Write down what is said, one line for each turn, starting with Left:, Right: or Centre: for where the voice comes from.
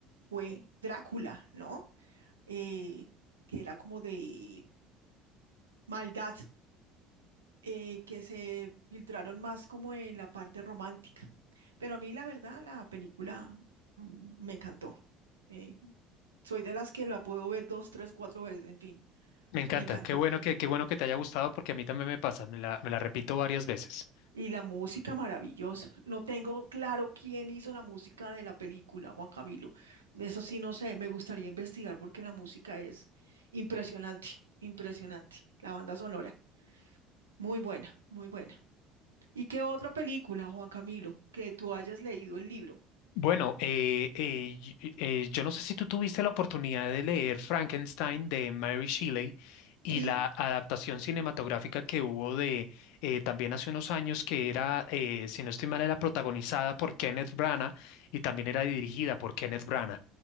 Right: fue Drácula, ¿no? eh, que era como de maldad, eh, que se filtraron más como en la parte romántica. Pero a mí la verdad la película mm, me encantó. Eh, soy de las que la puedo ver dos, tres, cuatro veces, en fin,
Left: me encanta.
Right: me encantó.
Left: Qué bueno que, qué bueno que te haya gustado porque a mí también me pasa. Me la, me la repito varias veces.
Right: Y la música maravillosa. No tengo claro quién hizo la música de la película, Juan Camilo. Eso sí, no sé, me gustaría investigar porque la música es impresionante, impresionante. La banda sonora, muy buena, muy buena. ¿Y qué otra película, Juan Camilo, que tú hayas leído el libro?
Left: Bueno, eh, eh, y- eh, yo no sé si tú tuviste la oportunidad de leer Frankenstein de Mary Shelley y
Right: Sí,
Left: la adaptación cinematográfica que hubo de eh, también hace unos años que era, eh, si no estoy mal, era protagonizada por Kenneth Branagh y también era dirigida por Kenneth Branagh.